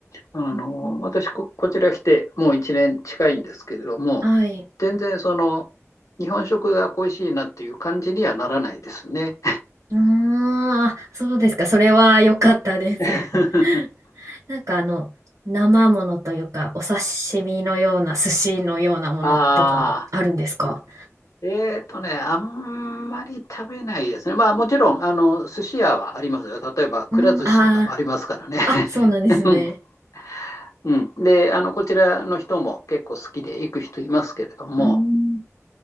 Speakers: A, on the left (about 75°); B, on the right (about 80°).
A: あのー私こ、
B: うーん
A: こちら来てもう1年近いんですけれども、
B: はい。
A: 全然その、日本食が恋しいなっていう感じにはならないですね。
B: ああ、そうですか。それは良かったです。
A: <laughs>
B: <laughs> なんかあの、生ものというか、お刺身のような、寿司のようなものとかもあるんですか
A: ああ、えーとね、あんまり食べないですね。まあもちろん、あの、寿司屋はありますよ。例えば、くら寿司とかもありますからね。
B: うん、ああ、あ、そうなんですね。
A: <laughs> うん、であのこちらの人も結構好きで行く人いますけれども、
B: うん。